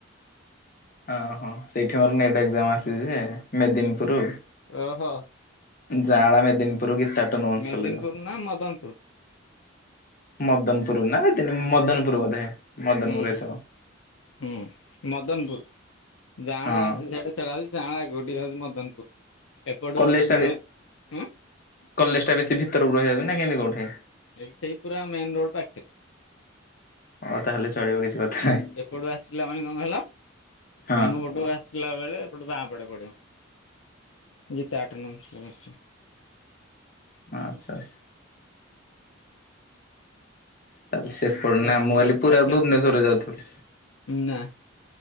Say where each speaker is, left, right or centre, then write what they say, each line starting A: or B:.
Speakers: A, on the left (about 45°); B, on the left (about 75°).
A: ଓ ହୋ ସେଇଠି ମୋର ନେଟ ଏକ୍ଜାମ ଆସିଛି ଯେ ମେଦିନୀପୁର,
B: ଓହୋ
A: ଯାଲା Medinipur Gita autonomous
B: Medinipur
A: college.
B: ନା ମଦନପୁର?
A: ମଦନପୁର ନା
B: ହୁଁ
A: ମଦନପୁର
B: ହୁଁ ହୁଁ
A: ବୋଧେ
B: ହୁଁ।
A: ମଦନପୁର
B: ହୁଁ ହୁଁ
A: ହେଇଥିବ।
B: ହୁଁ ମଦନପୁର ଯାଣା
A: ହଁ
B: ଯୋଉଠି ସେଲା ହେଉଛି ଜାଣା ଗୋଟେ ହଉଛି ମଦନପୁର। ଏପଟୁ
A: କଲେଜ ଟା
B: ତମେ ହୁଁ
A: କଲେଜ ଟା ବେଶୀ ଭିତରକୁ ରହି ଯାଉଛି ନା କେମିତି କୋଉଠି?
B: ଏ ସେଇ ପୁରା ମେନ ରୋଡ ପାଖରେ।
A: ଓ ତାହେଲେ ଚଳିବ କିଛି କଥା ନାହିଁ
B: ଏପଟୁ ଆସିଲା ମାନେ କଣ କିହିଲ
A: ହଁ
B: ଆମ ପଟୁ ଆ ସିଲା ବେଳେ ଏପଟେ ବାଁ ପଡେ ପଡିବ ଗୀତା ଅଟୋ ନୋମସ୍ କଲେ
A: ଆଚ୍ଛା। ତାଲେ ସେପଟ
B: ଜଷ୍ଟ
A: ନାମୁୱଲି
B: ଜଷ୍ଟ
A: ପୁରା
B: ପାଖରେ
A: ଭୁବନେଶ୍ୱର ରେ ଯାଉଥିଲି।
B: ନା।